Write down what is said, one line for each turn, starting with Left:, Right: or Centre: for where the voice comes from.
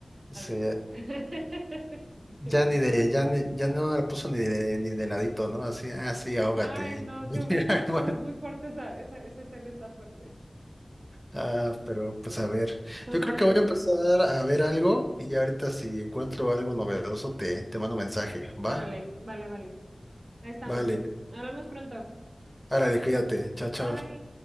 Centre: Sí,
Right: adiós. <laughs> Me
Centre: Ya
Right: enojé.
Centre: ni de, ya ni, ya no la puso ni de, ni de ladito, ¿no? Así, así, ahógate
Right: Ay,
Centre: ahí.
Right: no,
Centre: <laughs>
Right: qué bruto, estuvo
Centre: Bueno,
Right: muy fuerte esa, esa, esa escena está fuerte.
Centre: ah, pero pues a ver.
Right: Entonces,
Centre: Yo creo
Right: a ver,
Centre: que voy a empezar a ver algo y ya ahorita si encuentro algo novedoso te, te mando mensaje, ¿va?
Right: órale, vale, vale. Ahí estamos,
Centre: Vale,
Right: pues. Hablamos pronto.
Centre: árale, cuídate. Chao, chao.
Right: Bye.